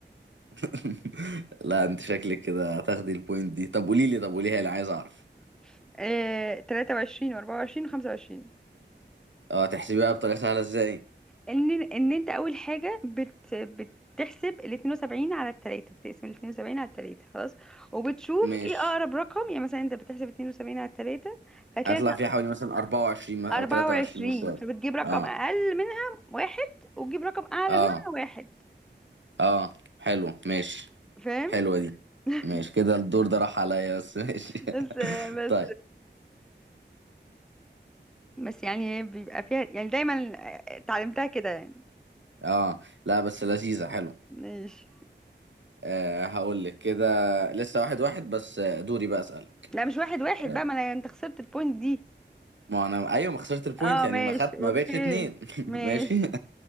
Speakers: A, on the right; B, in the centre.
A: <laughs> لا انت شكلك كده هتاخدي البوينت دي طب قولي لي طب قوليها لي عايز اعرف
B: <laughs> آه، 23 و24 و25
A: اه تحسبيها بطريقه سهله ازاي
B: ان ان انت اول حاجه بت بتحسب ال 72 على التلاتة بتقسم ال 72 على التلاتة خلاص وبتشوف
A: ماشي
B: ايه اقرب رقم يعني مثلا انت بتحسب 72 على التلاتة فهتلاقي
A: هطلع
B: مثلا
A: فيها حوالي مثلا 24 م- او
B: 24
A: 23 مستوى
B: فبتجيب رقم
A: اه
B: اقل منها واحد وتجيب رقم اعلى
A: اه
B: منها واحد
A: اه حلو ماشي
B: فاهم
A: حلوة دي
B: <laughs>
A: ماشي كده الدور ده راح عليا بس <laughs> ماشي
B: بس بس
A: طيب
B: بس يعني هي بيبقى فيها يعني دايما اتعلمتها كده يعني
A: اه لا بس لذيذة حلو
B: ماشي
A: آه هقول لك كده لسه واحد واحد بس آه، دوري بقى اسألك
B: لا مش واحد واحد
A: آه،
B: بقى ما انا انت خسرت البوينت دي
A: ما انا ايوه ما خسرت البوينت
B: اه
A: يعني
B: ماشي
A: ما خدت ما
B: اوكي
A: بقتش اتنين <laughs>
B: ماشي
A: ماشي